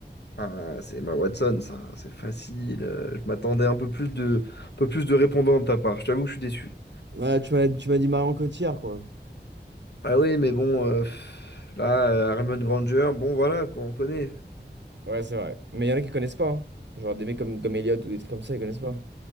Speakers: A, on the left (about 65°); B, on the right (about 75°).
A: Ah, c'est ma Watson, ça, c'est facile. euh, Je m'attendais un peu plus de, un peu plus de répondants de ta part. Je t'avoue que je suis déçu.
B: Ouais, tu m'as, tu m'as dit Marion Cotillard, quoi.
A: Ah oui, mais bon, euh, pff, là, euh, Herman Granger, bon, voilà, quoi, on connaît.
B: Ouais, c'est vrai. Mais il y en a qui connaissent pas. hein. Genre des mecs comme, comme Elliot ou des trucs comme ça, ils connaissent pas.